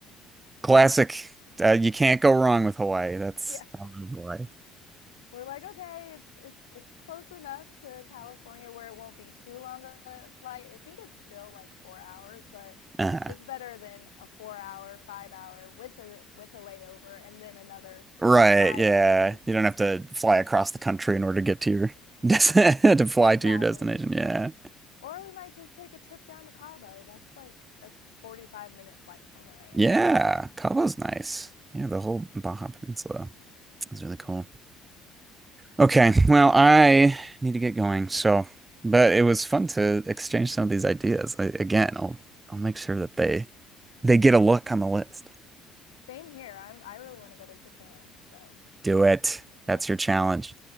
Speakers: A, on the right (about 20°); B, on the left (about 80°).
A: Classic. Uh, you can't go wrong with Hawaii. That's
B: Yeah.
A: I love Hawaii.
B: we're like, okay, it's it's it's close enough to California where it won't be too long a flight. I think it's still like four hours, but
A: <laughs> uh
B: it's better than a four hour, five hour with a with a layover and then another
A: Right,
B: five
A: yeah.
B: hours.
A: You don't have to fly across the country in order to get to your <laughs> to fly
B: Exactly.
A: to your destination. Yeah.
B: Or we might just take a trip down to Cabo. That's like a 45 minute flight from where I am.
A: Yeah,
B: So,
A: Cabo's nice. Yeah, the whole Baja Peninsula is really cool. Okay, well, I need to get going. So, but it was fun to exchange some of these ideas. I, again, I'll I'll make sure that they they get a look on the list.
B: same here. I'm, I really want to go to Japan. So,
A: Do it.
B: yes,
A: That's your challenge.